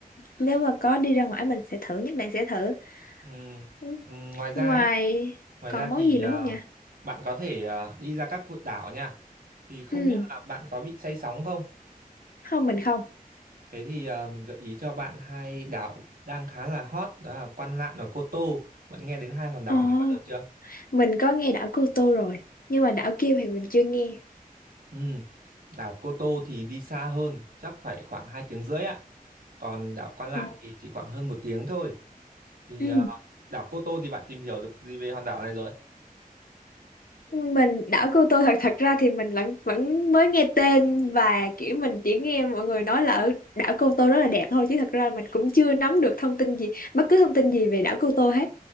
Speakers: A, on the left; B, on the right.
A: nếu mà có đi ra ngoài mình sẽ thử nhất định sẽ thử
B: Ừm,
A: Ừ.
B: ừm, ngoài ra
A: ngoài
B: ấy, ngoài
A: còn
B: ra
A: món
B: thì
A: gì nữa
B: ờ,
A: không nhỉ
B: bạn có thể ờ, đi ra các vụt đảo nha. Thì không
A: ừ
B: biết là bạn có bị say sóng không?
A: không mình không
B: Thế thì à, mình gợi ý cho bạn hai đảo đang khá là hot đó là Quan Lạn và Cô Tô. Bạn nghe đến hai hòn đảo
A: ồ
B: này bao giờ chưa?
A: mình có nghe đảo Cô Tô rồi nhưng mà đảo kia thì mình chưa nghe
B: Ừ. Đảo Cô Tô thì đi xa hơn, chắc phải khoảng 2 tiếng rưỡi ạ. Còn đảo Quan Lạn
A: ồ
B: thì chỉ khoảng hơn một tiếng thôi. Thì
A: ừ
B: à, đảo Cô Tô thì bạn tìm hiểu được gì về hòn đảo này rồi?
A: mình đảo cô tô thật thật ra thì mình vẫn vẫn mới nghe tên và kiểu mình chỉ nghe mọi người nói là ở đảo cô tô rất là đẹp thôi chứ thật ra mình cũng chưa nắm được thông tin gì bất cứ thông tin gì về đảo cô tô hết